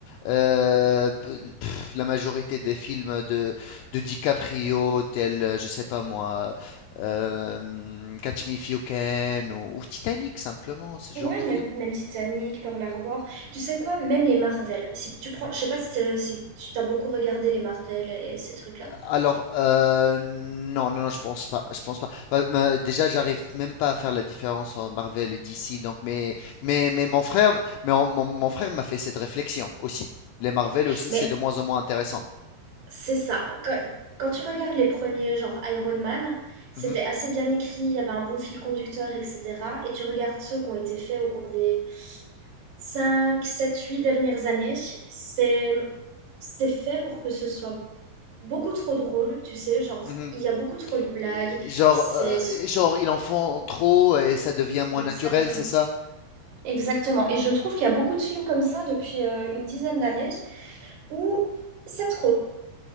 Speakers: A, on the left; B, on the right.
A: Euh, b- pff, la majorité des films de, de DiCaprio, tels, euh, je sais pas moi, euh, Catch Me If You Can ou, ou Titanic, simplement, ce genre
B: ouais,
A: de film.
B: même, même Titanic, Pearl Harbor. Tu sais quoi, même les Marvel. Si tu prends, je sais pas si, t'es- si tu t'as beaucoup regardé les Marvel et ces trucs-là.
A: Alors, euh, non, non, non, je pense pas, je pense pas. Enfin, me- déjà, j'arrive même pas à faire la différence entre Marvel et DC, donc, mais, mais, mais mon frère, mais on- mon, mon frère m'a fait cette réflexion aussi. Les Marvel aussi,
B: Mais
A: c'est de moins en moins intéressant.
B: C'est ça. Quand, quand tu regardes les premiers, genre Iron Man, c'était
A: Mhm,
B: assez bien écrit, il y avait un bon fil conducteur, etc. Et tu regardes ceux qui ont été faits au cours des 5, 7, 8 dernières années, c'est, c'est fait pour que ce soit beaucoup trop drôle, tu sais, genre
A: mhm.
B: il y a beaucoup trop de blagues,
A: Et Genre,
B: c'est...
A: euh, genre, ils en font trop et ça devient moins
B: Exactement.
A: naturel, c'est ça?
B: Exactement. Et je trouve qu'il y a beaucoup de films comme ça depuis euh, une dizaine d'années où c'est trop.